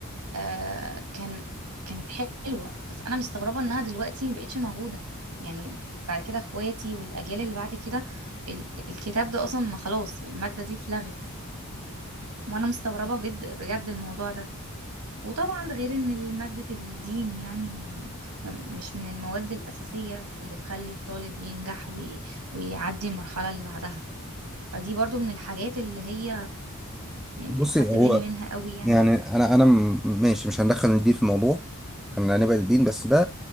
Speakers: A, on the right; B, in the centre.
A: آه كان كانت حلوة بس انا مستغربة انها دلوقتي مبقتش موجودة يعني بعد كده اخواتي والاجيال اللي بعد كده ال- الكتاب ده اصلا ما خلاص المادة دي اتلغت وانا مستغربة جد بجد الموضوع ده وطبعا ده غير ان مادة الدين يعني ما ما- مش من المواد الأساسية اللي تخلي الطالب ينجح وي- ويعدي المرحلة اللي بعدها فدي برضو من الحاجات اللي هي يعني
B: بصي
A: أخدت
B: هو
A: بالي منها قوي يعني
B: يعني انا انا م- ماشي مش هندخل الدين في الموضوع احنا هنبعد الدين بس ده